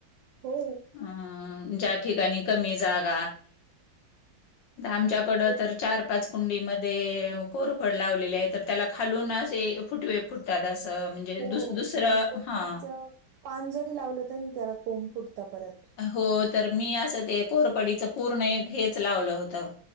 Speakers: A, on the right; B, on the left.
A: हो.
B: अ ज्या ठिकाणी कमी जाग आमच्याकड
A: एक
B: तर चार पाच कुंडी म कोरफड लावलेले आहे तर त्याला खालून फुटवे पुरत तसं म्हणजे
A: हो
B: दु दुसरं
A: आणि कोरफडीचं
B: हा
A: पान जरी लावलं तरी त्याला कोंब फुटत परत
B: हो तर मी असं ते कोरपडीच पूर्ण एक हेच लावलं होतं